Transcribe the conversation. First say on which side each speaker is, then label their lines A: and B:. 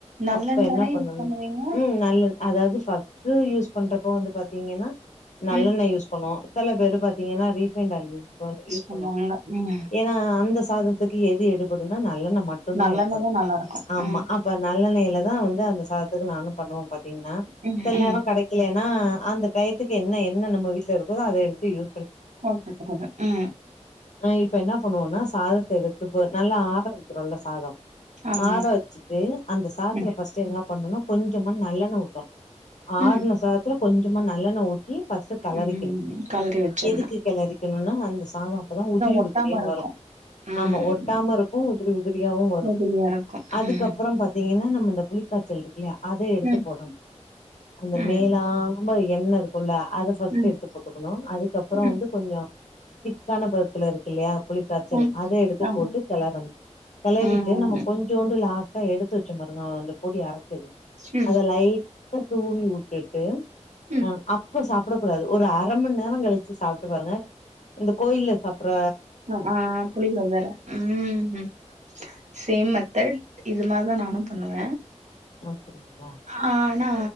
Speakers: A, on the right; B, on the left.
A: நல்லெண்ண
B: அப்ப என்ன
A: தானே
B: பண்ணு
A: யூஸ் பண்ணுவீங்க
B: ம் நல்ல அதாவது ஃபர்ஸ்ட்டு யூஸ் பண்றப்போ வந்து பாத்தீங்கன்னா நல்லெண்ண
A: ம்
B: யூஸ் பண்ணுவோ சில பேரு பாத்தீங்கன்னா ரீஃபைண்டு ஆயில் யூஸ் பண் யூஸ்
A: பண்ணுவ நீங்க
B: ஏனா அந்த சாதத்துக்கு எது எடுபடுனா நல்லெண்ண மட்டுந்தா
A: நல்லெண்ணதா
B: எடுபடு
A: நல்லா இருக்கு
B: ஆமா
A: ம்
B: அப்ப நல்லெண்ணெய்லதா வந்து அந்த சாதத்துக்கு நானு பண்ணுவ பாத்தீங்கன்னா
A: ம்
B: சில
A: ம்
B: நேரோ கெட க்கலனா அந்த டயத்துக்கு என்ன எண்ணெ நம்ம வீட்ல இருக்குதோ அத எடுத்து யூ
A: ஓகே சகோதர் ம்
B: ஆ இப்ப என்ன பண்ணுவோனா சாதத்த எடுத்துப்போ நல்லா ஆர வெக்கிறோல்ல சாதோ
A: ஆமா
B: ஆர வெச் து அந்த சாதத்துல
A: ம்
B: ஃபர்ஸ்ட் என்ன பண்ணனுனா கொஞ்சமா நல்லெண்ண வுட்டோ ஆறுண
A: ம்
B: சாத த்துல கொஞ்சமா நல்லெண்ண ஊத்தி ஃபர்ஸ்ட் கெளறிக்கணு
A: ம் கலறி வச்சிர்ணு
B: எதுக்கு கெளறி க்கனுனா அந்த சாதோ அப்பதா உதிரி
A: ஒட்டாம
B: உதிரியா
A: இருக்கு
B: வரு
A: ம்
B: ஆமா ஒட்டாம இருக்கு உதிரி உதிரியாவு வரு
A: உதிரியா இருக்கு
B: அதுக்கப்பறம்
A: ம்
B: பா த்தீங்கன்னா நம்ம இந்த புளிக்காய்ச்சல் இருக்கில்லயா அத எடுத்து
A: ம்
B: போடணு அந்த
A: ம்
B: மேலா ரொம்ப எண்ணெ இருக்குல்ல அத ஃபர்ஸ்ட்
A: ம்
B: எடுத்து போட்டுக்கணு அதுக்கப்பறோ
A: ம்
B: வந்து கொஞ்சோ திக்கான பதத்துல இருக்கில்லயா புளி க்காய்ச்சல்
A: ம்
B: அத எடுத்து
A: ஆமா
B: போட்டு கெளறணு கெளறிட்டு
A: ம்
B: நம்ம கொஞ்சோண்டு லா ஸ்ஸா எடுத்து வெச்சோம் பாருங்க அந்த பொடி அரச்சது
A: ம்
B: அத லைட்டா தூவி விட்டுட்டு
A: ம்
B: அ அப்ப சாப்ட கூடாது ஒரு அர மணி நேரோங் கழிச்சு சாப்ட்டு பாருங்க இந்த கோயில்ல சாப்டற
A: ஆ ஆ புளியோதர ம் சேம் மெத்தேட் இது மாரிதா நானு பண்ணுவ
B: அப்டிங்ளா
A: அ ஆனா